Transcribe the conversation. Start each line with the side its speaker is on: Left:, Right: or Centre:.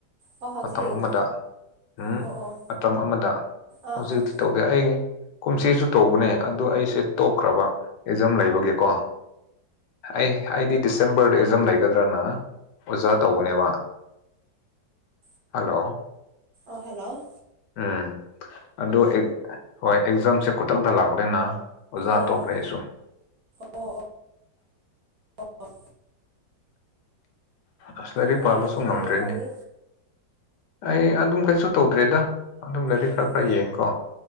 Right: ꯑꯣ ꯍꯧꯖꯤꯛ
Left: ꯃꯇꯝ ꯑꯃꯗ ꯎꯝ
Right: ꯑꯣ ꯑꯣ
Left: ꯃꯇꯝ ꯑꯃꯗ ꯍꯧꯖꯤꯛ
Right: ꯑꯥ
Left: ꯍꯧꯖꯤꯛꯇꯤ
Right: ꯑꯥ
Left: ꯇꯧꯗꯦ ꯑꯩ ꯀꯨꯝꯆꯁꯨ ꯇꯧꯕꯅꯦ ꯑꯗꯨ ꯑꯩꯁꯦ ꯇꯣꯛꯈ꯭ꯔꯕ ꯑꯦꯖꯝ ꯂꯩꯕꯒꯤꯀꯣ ꯑꯩ ꯑꯩꯗꯤ ꯗꯤꯁꯦꯝꯕꯔꯗ ꯑꯦꯛꯖꯝ ꯂꯩꯒꯗ꯭ꯔꯅ ꯑꯣꯖꯥ ꯇꯧꯎꯅꯦꯕ
Right: ꯑ
Left: ꯍꯜꯂꯣ
Right: ꯑ ꯍꯦꯜꯂꯣ
Left: ꯎꯝ ꯑꯗꯨ ꯍꯣꯏ ꯑꯦꯛꯖꯥꯝꯁꯦ ꯈꯨꯇꯛꯇ ꯂꯥꯛꯄꯅꯤꯅ ꯑꯣꯖꯥ
Right: ꯑꯥ
Left: ꯇꯣꯈ꯭ꯔꯦꯁꯨ
Right: ꯑꯥ ꯑꯣ ꯑꯣ
Left: ꯑꯁ ꯂꯥꯏꯔꯤꯛ
Right: ꯅ
Left: ꯄꯥꯕꯁꯨ
Right: ꯍꯧꯖꯤꯛꯇꯤ
Left: ꯉꯝꯗ꯭ꯔꯦꯅꯦ
Right: ꯀꯔꯤ ꯇꯧꯏ
Left: ꯑꯩ ꯑꯗꯨꯝ ꯀꯩꯁꯨ ꯇꯧꯗ꯭ꯔꯦꯗ ꯑꯗꯨꯝ ꯂꯩꯗꯤ
Right: ꯑꯥ
Left: ꯈꯔ ꯈꯔ ꯌꯦꯡꯉꯀꯣ